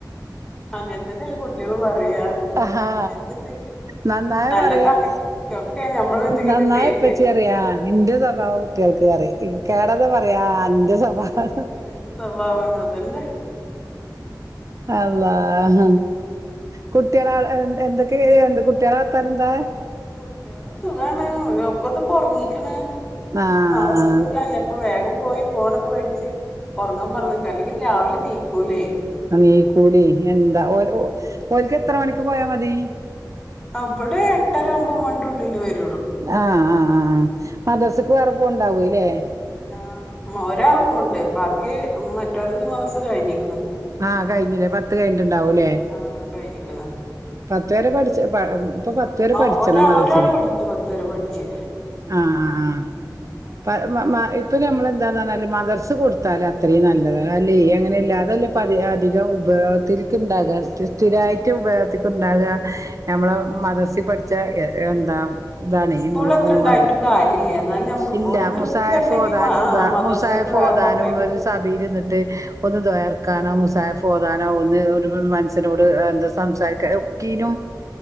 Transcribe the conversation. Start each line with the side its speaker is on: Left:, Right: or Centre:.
Centre: അങ്ങനെ തന്നെയുള്ളൂ കുട്ടികള് പറയാ
Right: ആഹ് ഹാ
Centre: എന്തുണ്ടെങ്കിലും
Right: നന്നായി
Centre: നല്ലതാണെങ്കിലും
Right: പറയിൻ
Centre: ഒക്കെ നമ്മളെ മേത്ത്ക്കന്നെ
Right: നന്നായിപ്പച്ചി
Centre: പേര് വരും
Right: യാ ഇന്റെ സ്വഭാ എന്റെ സ്വഭാവകുട്ടികൾക്ക് പറിയിം ഇക്കാടെതാ പറയാ അന്റെ സ്വഭാവ
Centre: എന്റെ സ്വഭാവമാണ് അതന്നെ
Right: അള്ളാ ആഹ കുട്ടികള എന്തൊക്കെ എന്താ കുട്ടികള വർത്താനംഎന്താ
Centre: കുട്ടികളെ സുഖാണ് ഓലോക്കേന്ന്പ്പ ഒറങ്ങിക്ക്ണ്
Right: ആഹ്
Centre: അപ്പൊ നാളെ സ്കൂളിള്ളല്ലേ ഇപ്പൊ വേഗം പോയി ഫോണൊക്കെ വേടിച്ച് ഉറങ്ങാൻ പറഞ്ഞേക്കാം അല്ലെങ്കിൽ രാവിലെ നീക്കൂല്ലേ
Right: നീക്കൂലേ എന്താഓ ഒല്ക്ക് എത്ര മണിക്ക് പോയാ മതി
Centre: അവിടെ എട്ടര ഒമ്പത് മണിടെ ഉള്ളില് വരും
Right: ആഹ് ആഹ് ആഹ് ആ മദറസക്ക് വേറെ പോവുണ്ടാവൂല്ലേ
Centre: ആ ഒരാൾ പോണ്ട് ബാക്കി മറ്റൊരുത് മദ്രസ കഴിഞ്ഞിക്ണു
Right: ആഹ് കഴിഞ്ഞില്ലേ പത്ത് കഴിഞ്ഞിട്ടുണ്ടാവൂല്ലേ
Centre: ആഹ് കഴിഞ്ഞിക്ക്ണ്
Right: ഇതുവരെ പഠിച്ച പ ഇപ്പൊ പത്ത് വരെപഠിച്ചണം
Centre: ആഹ് ഒരാ
Right: മദ്റസയിൽ
Centre: ഒരാള് പഠിച്ചു പത്ത് വരെ പഠിച്ച്
Right: ആഹ്
Centre: മറ്റോര്
Right: ആഹ്
Centre: പിന്നെ
Right: ആ ഇപ്പൊ നമ്മള് എന്താന്ന് പറഞ്ഞാൽ മദ്രസകൊടുത്താല അത്രയും നല്ലത് അല്ല അങ്ങനെല്ലാ അതല്ല പതി അധികം ഉപയോഗത്തില്ക്ക് തകർത്ത് സ്ഥിരമായിട്ട്
Centre: ആഹ്
Right: ഉപയോഗത്തിക്ക് ഉണ്ടാകുക നമ്മള
Centre: അതന്നെ
Right: മദ്രസിപഠിച്ച എന്താ ഇതാണെ <unintelligible>
Centre: സ്കൂൾ എത്ര
Right: ഊഹം
Centre: ഉണ്ടായിട്ടും കാര്യല്ല എന്നാലും നമുക്ക്
Right: ഇല്ല
Centre: ഒരു തൃപ്തി
Right: മുസായിഫ്
Centre: വരണെങ്കിൽ
Right: ഓതാനും
Centre: ആ മദ്രസേക്ക്
Right: മുസായിഫ്
Centre: വേറെ
Right: ഓതാനും
Centre: പറഞ്ഞേക്ക
Right: ഒരു സഭയിൽ ഇരിന്നിട്ട് ഒന്ന് ദുആർക്കാനോ മുസാഫ് ഓതാനോ ഒന്ന് ഒരു മനസ്സിനോട് എന്താ സംസാരിക്കാ ഒക്കിനും